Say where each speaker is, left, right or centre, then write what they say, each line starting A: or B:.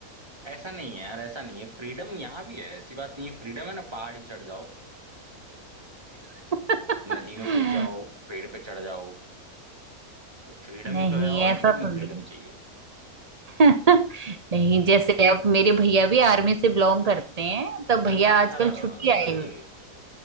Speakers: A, on the right; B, on the right.
A: ऐसा नहीं है यार ऐसा नहीं है फ्रीडम यहाँ भी है ऐसी बात नहीं है फ्रीडम है ना पहाड़ ही चढ़ जाओ
B: <laughs>
A: नदी में कूद जाओ पेड़ पे चढ़ जाओ फ्रीडम
B: नहीं
A: ही तो है और
B: ऐसा
A: कितनी
B: तो
A: फ्रीडम
B: नहीं
A: चाहिए
B: <laughs> नहीं जैसे अब मेरे भैया भी आर्मी से बिलोंग करते हैं तो भैया
A: अच्छा अच्छा
B: आजकल छुट्टी आए
A: अरे
B: हुए हैं।